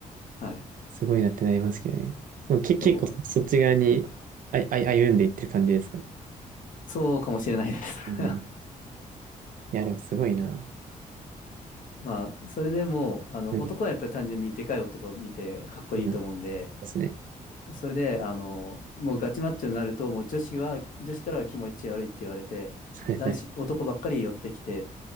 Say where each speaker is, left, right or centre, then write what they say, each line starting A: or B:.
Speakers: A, on the left; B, on the right.
A: はい、
B: すごいなってなりますけどね。もうけ、
A: そう、
B: 結構そっち側にあい、あい、歩んでいってる感じですか。
A: そうかもしれないです。
B: うん
A: <laughs>
B: いや、でもすごいな。
A: まあ、それでもう、あの、
B: うん、
A: 男はやっぱり単純にでかい男を見てかっこいいと思うんで、
B: うん、そうですね。
A: それで、あの、もうガチマッチョになると、もう女子は、女子からは気持ち悪いって言われて、
B: はいはい
A: 男子、男ばっかり寄ってきて、